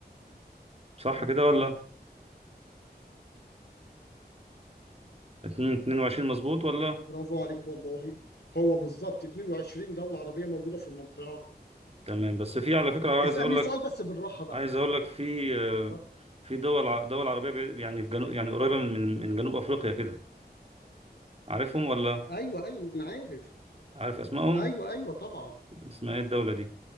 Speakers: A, on the right (about 35°); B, on the left (about 75°).
A: صح كده ولا اتنين- 22 مظبوط ولا
B: برافو عليك والله هو بالظبط 22 دولة عربية موجودة في المنطقة
A: تمام بس في على فكرة
B: اسألني
A: عايز اقول لك
B: سؤال بس بالراحة بقى
A: عايز اقول لك في آه،
B: اتفضل
A: في دول ع- دول عربية بعيد- يعني في جنوب يعني قريبة من من من جنوب افريقيا كده عارفهم ولا
B: ايوه ايوه ما انا عارف
A: عارف اسمائهم
B: ايوه ايوه طبعا
A: اسمها ايه الدولة دي